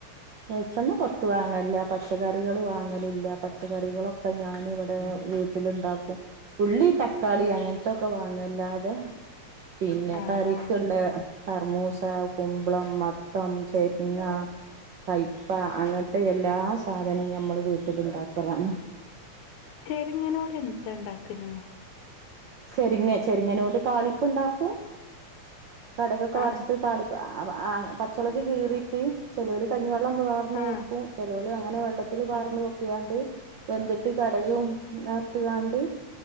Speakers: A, on the right (about 70°); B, on the left (about 80°).
A: വെളിച്ചണ്ണ പുത്ത് വാങ്ങലില്ല പച്ചക്കറികൾ വാങ്ങലില്ല പച്ചക്കറികളൊക്കെ ഞാനിവിടെ ക്കലുണ്ടാക്കും ഉള്ളി തക്കാളി അങ്ങനത്തൊക്കെ വാങ്ങല്ലാതെ പിന്നെ
B: ആ
A: കറിക്കുള്ള
B: ആ
A: കറുമൂസ കുമ്പളം മത്തം ചെരിങ്ങ കൈപ്പ അങ്ങനത്തെ എല്ലാ സാധനവും ഞമ്മളു വീട്ടില് ഉണ്ടാക്കലാണ്
B: ചെരിങ്ങനൂര് എന്താ ഉണ്ടാക്കല്
A: ചെരിങ്ങ ചെരിങ്ങനൂ കൊണ്ട് താളിപ്പ് ഉണ്ടാക്കൂ കടുകൊക്കെ
B: ആ
A: വറുത്ത് താളി ആ പച്ചളുക് കീറിയിട്ട് ചെലോര് കഞ്ഞിവെള്ളം വാർന്ന്
B: ആ
A: വെക്കും ചെലോര് അങ്ങനെ വെള്ളത്തിൽ വാർന്ന്
B: ആ
A: വെക്കിയാണ്ട് വെന്തിട്ട് കടുകും നാർത്തുകാണ്ട്